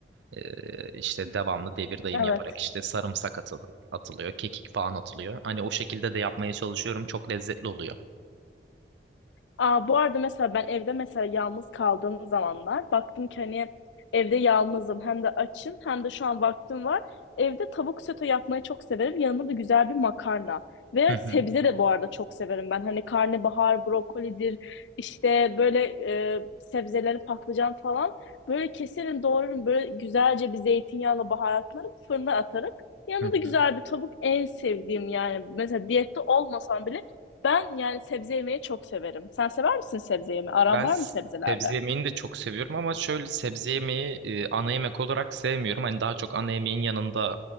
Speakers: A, on the right; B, on the left.
A: ee, işte devamlı devir dayım
B: Evet.
A: yaparak işte sarımsak atıl- atılıyor, kekik falan atılıyor. Hani o şekilde de yapmaya çalışıyorum. Çok lezzetli oluyor.
B: Aa, bu arada mesela ben evde mesela yalnız kaldığım zamanlar baktım ki hani evde yalnızım hem de açım hem de şu an vaktim var. Evde tavuk sote yapmayı çok severim. Yanında da güzel bir makarna. Ve
A: Hı
B: sebze
A: hı,
B: de bu arada çok severim ben. Hani karnabahar, brokolidir, işte böyle e, sebzeleri, patlıcan falan. Böyle keserim, doğrarım. Böyle güzelce bir zeytinyağla baharatlarım, fırına atarım. Yanında
A: hı
B: da güzel
A: hı.
B: bir tavuk en sevdiğim yani. Mesela diyette olmasam bile ben yani sebze yemeyi çok severim. Sen sever misin sebze yemeyi? Aran
A: Ben
B: var
A: s-
B: mı sebzelerle?
A: sebze yemeğini de çok seviyorum ama şöyle sebze yemeği e, ana yemek olarak sevmiyorum. Hani daha çok ana yemeğin yanında